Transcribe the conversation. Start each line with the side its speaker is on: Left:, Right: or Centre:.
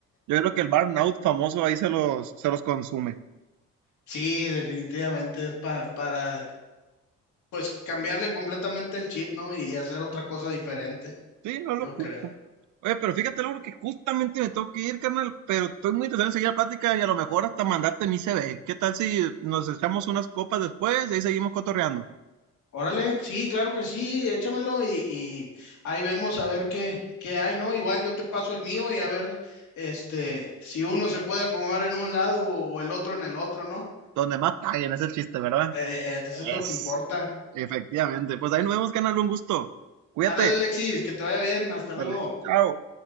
Right: Yo creo que el burnout famoso ahí se los, se los consume.
Left: Sí, definitivamente es pa- para, pues cambiarle completamente el chip, ¿no? Y hacer otra cosa diferente,
Right: Sí, no
Left: yo
Right: lo culpo.
Left: creo.
Right: Oye, pero fíjate, Laura, que justamente me tengo que ir, carnal, pero estoy muy interesado en seguir la plática y a lo mejor hasta mandarte mi CV. ¿Qué tal si nos echamos unas copas después y ahí seguimos cotorreando?
Left: Órale, sí, claro que sí, échamelo y, y ahí vemos a ver qué, qué hay, ¿no? Igual yo te paso el mío y a ver, este, si uno se puede acomodar en un lado o, o el otro en el otro, ¿no?
Right: Donde más paguen, es el chiste, ¿verdad?
Left: Eh, eso es lo
Right: Es.
Left: que importa.
Right: Efectivamente. Pues ahí nos vemos, canal. Un gusto. Cuídate.
Left: Ándale, Alexis, que te vaya bien, hasta luego.
Right: Dale. Chao.